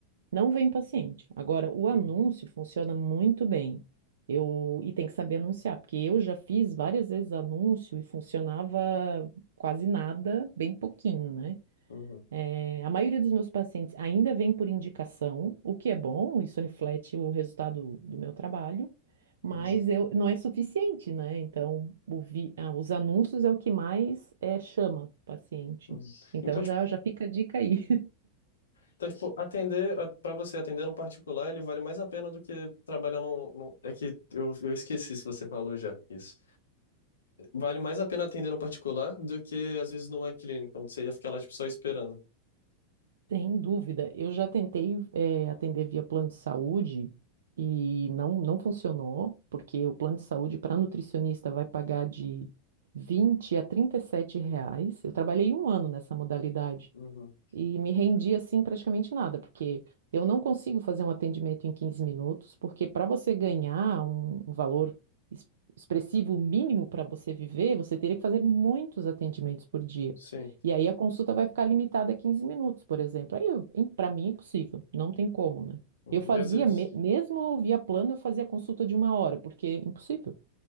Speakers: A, on the right; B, on the left.
A: Não vem paciente. Agora, o
B: uhum,
A: anúncio funciona muito bem. Eu, e tem que saber anunciar, porque eu já fiz várias vezes anúncio e funcionava quase nada, bem pouquinho, né?
B: uhum,
A: Eh, a maioria dos meus pacientes ainda vem por indicação, o que é bom, isso reflete o resultado do meu trabalho, mas
B: uhum,
A: eu, não é suficiente, né? Então, o vi- ah, os anúncios é o que mais eh, chama paciente.
B: uhum.
A: Então,
B: Então,
A: já,
B: tipo
A: já fica a dica aí.
B: Então, tipo, atender, para você atender no particular, ele vale mais a pena do que trabalhar no, no- É que eu, eu esqueci se você falou já isso. Vale mais a pena atender no particular do que, às vezes, numa clínica, onde você ia ficar lá, tipo, só esperando.
A: Sem dúvida. Eu já tentei, eh, atender via plano de saúde e não, não funcionou, porque o plano de saúde para nutricionista vai pagar de 20 a 37 reais. Eu trabalhei um ano nessa modalidade
B: Uhum.
A: e me rendi assim praticamente nada, porque eu não consigo fazer um atendimento em 15 minutos, porque para você ganhar um, um valor es- expressivo mínimo para você viver, você teria que fazer muitos atendimentos por dia.
B: Sim.
A: E aí a consulta vai ficar limitada a 15 minutos, por exemplo. Aí, para mim, é impossível, não tem como, né?
B: Uhum.
A: Eu fazia,
B: E às vezes,
A: me- mesmo via plano, eu fazia consulta de uma hora, porque é impossível.